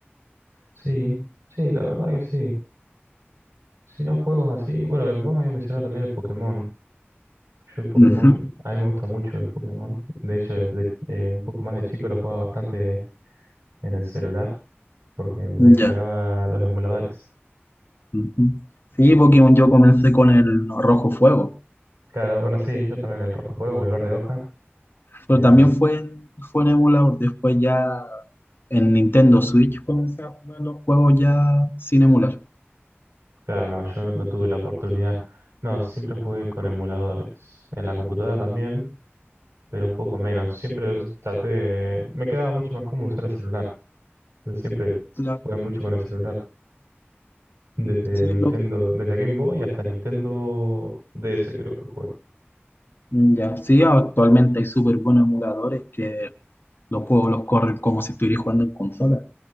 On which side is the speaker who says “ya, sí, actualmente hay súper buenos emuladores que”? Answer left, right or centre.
Left